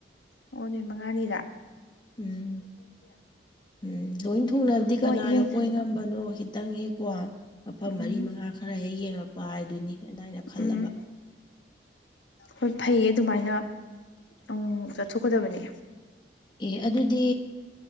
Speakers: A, on the left; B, on the left.
A: ꯑꯣ ꯅꯨꯃꯤꯠ ꯃꯉꯥꯅꯤꯔꯥ
B: ꯎꯝ ꯎꯝ ꯂꯣꯏ ꯊꯨꯡꯅꯕꯗꯤ
A: ꯍꯣꯏ
B: ꯀꯅꯥꯅ
A: ꯌꯦꯡ
B: ꯀꯣꯏ ꯉꯝꯕꯅꯣ ꯈꯤꯇꯪ ꯍꯦꯛ ꯀꯣ ꯃꯐꯝ
A: ꯎꯝ
B: ꯃꯔꯤ ꯃꯉꯥ ꯈꯔ ꯍꯦꯛ ꯌꯦꯡꯉꯛꯄ ꯍꯥꯏꯗꯨꯅꯤ ꯑꯗ ꯑꯩꯅ ꯈꯜꯂꯕ
A: ꯎꯝ ꯍꯣꯏ ꯐꯩꯌꯦ ꯑꯗꯨꯃꯥꯏꯅ ꯑꯃꯨꯛ ꯃꯨꯛ ꯆꯠꯊꯣꯛꯀꯗꯕꯅꯤ
B: ꯑꯦ ꯑꯗꯨꯗꯤ